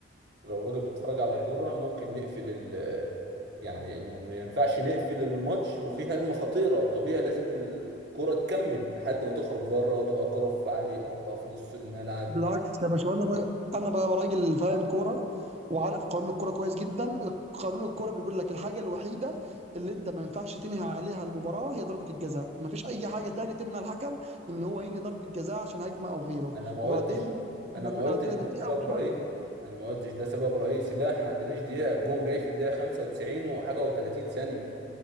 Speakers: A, on the right; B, on the right.
A: لو راجل بيتفرج على كورة ممكن نقفل ال يعني ما ينفعش نقفل الماتش وفيه هجمة خطيرة طبيعي لازم الكرة تكمل لحد ما تخرج بره وتبقى الكرة في عليك تبقى في نص الملعب
B: بالعكس يا باشا انا بقى انا بقى راجل فاهم كوره وعارف قانون الكوره كويس جدا قانون الكوره بيقول لك الحاجه الوحيده اللي انت ما ينفعش تنهي عليها المباراه هي ضربه الجزاء ما فيش اي حاجه تاني تمنع الحكم ان هو ينهي ضربه جزاء عشان هجمه او غيره
A: انا ما
B: وبعدين
A: قلتش انا
B: احنا
A: ما
B: كنا
A: قلتش
B: عندنا
A: ده
B: دقيقه
A: سبب
B: وشويه
A: رئيسي انا ما قلتش ده سبب رئيسي لا احنا ما عديناش دقيقة الجون جاي في الدقيقة 95 وحاجة و30 ثانية